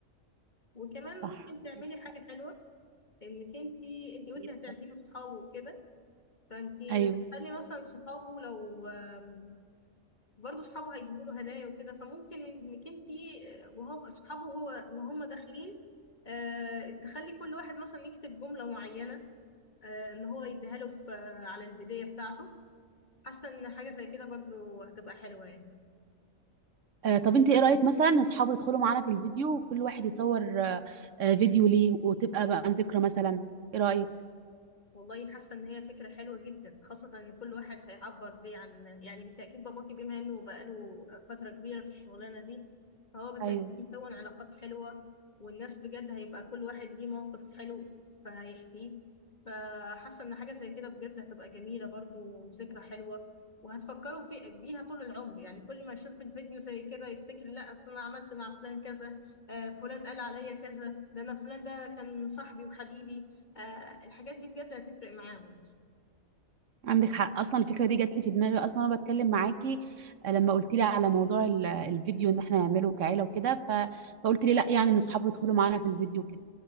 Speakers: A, on the left (about 35°); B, on the right (about 70°).
A: وكمان
B: صح
A: ممكن تعملي
B: <laughs>
A: حاجه حلوه انك انت انت قلتي
B: ايه
A: هتعزمي
B: مثلا؟
A: صحابه وكده فانت
B: ايوه
A: تخلي مثلا صحابه لو آم، برضه صحابه هيجيبوا له هدايا وكده فممكن انك انت آه، وهم صحابه هو وهم داخلين آه، تخلي كل واحد مثلا يكتب جمله معينه آه، ان هو يديها له في- آه، على الهديه بتاعته حاسه ان حاجه زي كده برضه هتبقى حلوه يعني
B: آه، طب انت ايه رأيك مثلا ان اصحابه يدخلوا معانا في الفيديو وكل واحد يصور آه، آه، فيديو ليه وتبقى بقى ذكرى مثلا ايه رأيك
A: والله حاسه ان هي فكره حلوه جدا خاصه ان كل واحد هيعبر ليه عن يعني بالتاكيد باباكي بما انه بقاله فتره كبيره في الشغلانه دي فهو بالتاكيد
B: ايوه
A: مكون علاقات حلوه والناس بجد هيبقى كل واحد ليه موقف حلو فهيحكيه فحاسه ان حاجه زي كده بجد هتبقى جميله برضو وذكرى حلوه وهتفكروا في بيها طول العمر يعني كل ما يشوف الفيديو زي كده يفتكر لا اصل انا عملت مع فلان كذا آه، فلان قال عليا كذا ده انا فلان ده كان صاحبي وحبيبي آه الحاجات دي بجد هتفرق معاه برضه
B: عندك حق اصلا الفكرة دي جات لي في دماغي اصلا وانا بتكلم معاكي آه، لما قلت لي على موضوع ال- الفيديو ان احنا نعمله كعيلة وكده ف... فقلت لي لا يعني ان اصحابه يدخلوا معانا في الفيديو كده